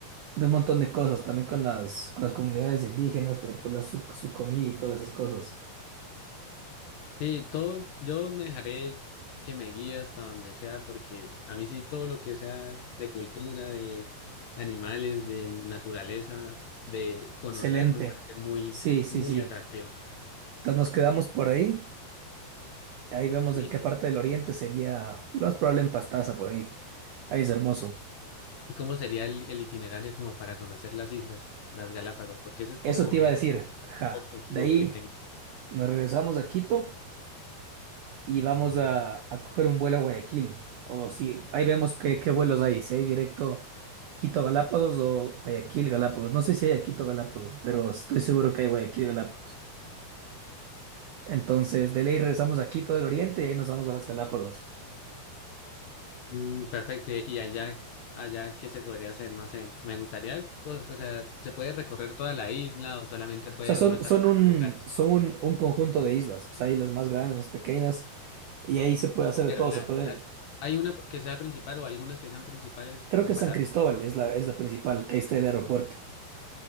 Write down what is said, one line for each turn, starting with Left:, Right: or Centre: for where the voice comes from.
Right: de un montón de cosas, también con las, con las comunidades indígenas, pero por la, su, su comida y todas esas cosas.
Left: Sí, todo, yo me dejaré que me guíe hasta donde sea, porque a mí sí todo lo que sea de cultura, de animales, de naturaleza, de conocer,
Right: Excelente.
Left: me parece muy,
Right: Sí, sí,
Left: muy
Right: sí.
Left: atractivo.
Right: Entonces nos quedamos por ahí. Ahí vemos
Left: Listo.
Right: en qué parte del oriente sería lo más probable en Pastaza, por ahí. Ahí es hermoso.
Left: ¿Y cómo sería el, el itinerario como para conocer las islas, las Galápagos? Porque ese es como
Right: Eso te iba
Left: el
Right: a decir.
Left: gran
Right: Ajá.
Left: objetivo
Right: De ahí
Left: que tengo.
Right: nos regresamos a Quito y vamos a, a coger un vuelo a Guayaquil. O si ahí vemos qué, qué vuelos hay, si hay directo Quito Galápagos o Guayaquil Galápagos. No sé si hay a Quito Galápagos, pero estoy seguro que hay Guayaquil Galápagos. Entonces, de ley regresamos a Quito del Oriente y ahí nos vamos a las Galápagos.
Left: Mm, Perfecto. ¿Y allá, allá qué se podría hacer? No sé. Me gustaría, co- o sea, ¿se puede recorrer toda la isla o solamente puede
Right: O sea, son,
Left: uno estar
Right: son
Left: como
Right: un,
Left: en un lugar?
Right: son un, un conjunto de islas. O sea, hay las más grandes, las pequeñas, y ahí se puede hacer
Left: Pero
Right: de todo.
Left: la,
Right: Se pueden.
Left: la- hay una que sea principal o algunas que sean principales
Right: Creo
Left: comparadas
Right: que San Cristóbal es la, es la principal, que ahí está el aeropuerto.